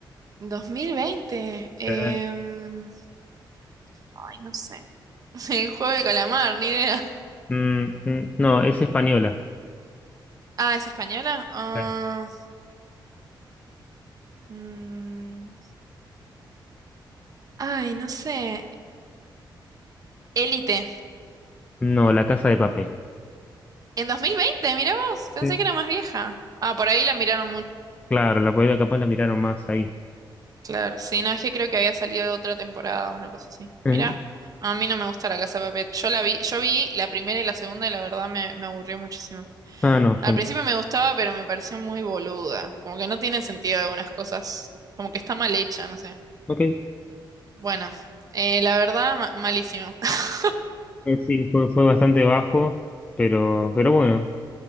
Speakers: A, on the right (about 45°); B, on the left (about 20°).
A: 2020, em,
B: Eh,
A: ay, no sé. <laughs> El juego de calamar, ni idea.
B: mm, mm, no, es española.
A: Ah, ¿es española? Ah,
B: Eh,
A: mm, ay, no sé. Élite.
B: No, La Casa de Papel.
A: En 2020, mira vos, pensé
B: Sí.
A: que era más vieja. Ah, por ahí la miraron
B: Claro, la podría capaz la miraron más ahí.
A: Claro, sí, no, es que creo que había salido otra temporada, una cosa así.
B: Eh,
A: Mira, a mí no me gusta La Casa de Papel. Yo la vi, yo vi la primera y la segunda y la verdad me, me aburrió muchísimo.
B: Ah, no, yo
A: Al
B: no.
A: principio me gustaba, pero me pareció muy boluda. Como que no tiene sentido algunas cosas, como que está mal hecha, no sé.
B: Ok. Eh,
A: Bueno, eh, la verdad, ma- malísimo. <laughs>
B: sí, fue, fue bastante bajo, pero, pero bueno,